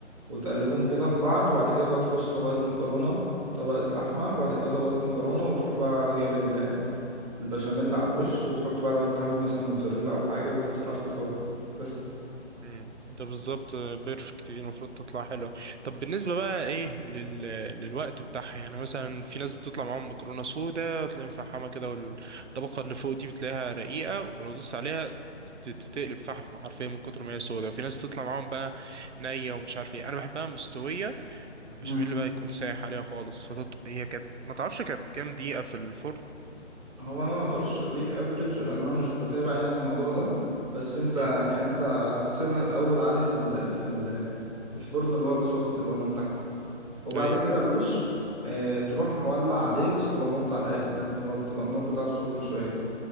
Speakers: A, on the right; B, on the right.
A: وتقلبهم كده في بعض وبعد كده بقى ترص طبقة مكرونة طبقة لحمة وبعد كده طبقة مكرونة وتروح بقى جايب البشاميل على الوش وتحط بقى لو انت حابب مثلا موتزاريلا او حاجه وتدخلها في الفرن بس
B: مم. ده بالظبط بيرفكت دي المفروض تطلع حلوة طب بالنسبة بقى ايه لل... للوقت بتاعها يعني مثلا في ناس بتطلع معاهم مكرونة سودا تلاقي مفحمة كده والطبقة اللي فوق دي بتلاقيها رقيقة ولو دوست عليها ت- تتقلب فحم حرفيا من كتر ما هي سودا وفي ناس بتطلع معاهم بقى نية ومش عارف ايه انا بحبها مستوية والبشاميل
A: مم.
B: بقى يكون سايح عليها خالص فتط... هي كانت ما تعرفش كانت كام دقيقة في الفرن
A: هو انا ما اقدرش اديك افريج لان انا مش بتابع يعني الموضوع ده بس انت
B: امم
A: يعني انت هتسيبها الاول عادي في ال في ال في الفرن اللي هو السخن اللي هو من تحت وبعد
B: ايوه
A: كده الوش اه تروح مولع عليه بس تبقى موطي على الاخر لان هو بتبقى النار بتاعته سخنه شويه